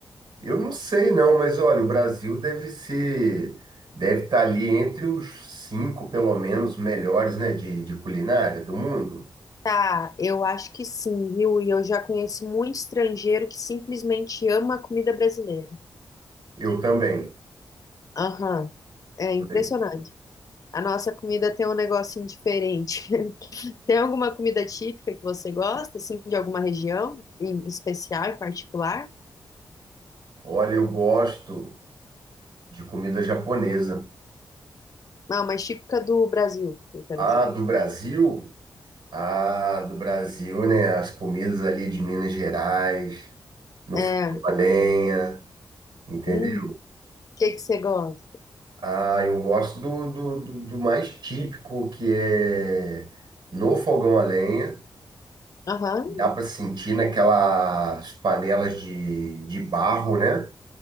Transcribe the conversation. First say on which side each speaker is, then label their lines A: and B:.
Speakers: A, on the right; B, on the left.
A: Eu não sei não, mas olha, o Brasil deve ser, deve estar ali entre os cinco, pelo menos, melhores, né, de, de culinária do mundo.
B: Tá, eu acho que sim, viu? E eu já conheci muito estrangeiro que simplesmente ama a comida brasileira.
A: Eu também,
B: Aham, É impressionante.
A: também.
B: A nossa comida tem um negocinho diferente. <laughs> Tem alguma comida típica que você gosta, assim, de alguma região em especial, em particular?
A: Olha, eu gosto. de comida japonesa.
B: Não, mas típica do Brasil, eu quero
A: A
B: dizer.
A: do Brasil, a do Brasil, né? As comidas ali de Minas Gerais, no
B: É.
A: fogão a lenha, entendeu?
B: Hum, o que que você gosta?
A: Ah, eu gosto do, do, do- do mais típico, que é no fogão a lenha.
B: Aham,
A: Dá para sentir naquelas panelas de, de barro, né?